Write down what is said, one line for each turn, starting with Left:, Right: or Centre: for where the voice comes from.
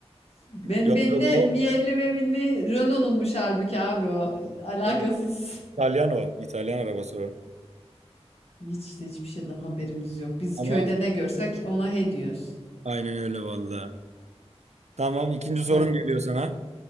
Left: Ben
Right: Yok
Left: bende
Right: yok o.
Left: yerli ve milli Renault'unmuş halbuki abi o. Alakasız.
Right: Evet, İtalyan o. İtalyan arabası o.
Left: Hiç işte hiçbir şeyden haberimiz yok. Biz
Right: Ama
Left: köyde ne görsek ona he diyoruz.
Right: aynen öyle valla. Tamam ikinci
Left: Sor.
Right: sorum geliyor sana.